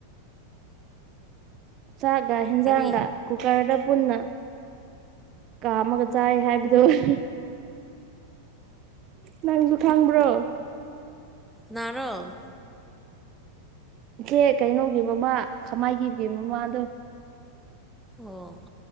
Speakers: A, on the right; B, in the centre.
A: ꯆꯥꯛꯒ ꯍꯦꯟꯖꯥꯡꯒ
B: ꯀꯔꯤ
A: ꯀꯨꯀꯔꯗ ꯄꯨꯟꯅ ꯀꯥꯝꯃꯒ ꯆꯥꯏ ꯍꯥꯏꯕꯗꫭ ꯅꯪꯁꯨ ꯈꯪꯕ꯭ꯔꯣ
B: ꯅꯔꯣ
A: ꯏꯆꯦ ꯀꯩꯅꯣꯒꯤꯕꯃ ꯈꯃꯥꯏꯈꯤꯕꯒꯤ ꯃꯃꯥ ꯗꯣ
B: ꯑꯣ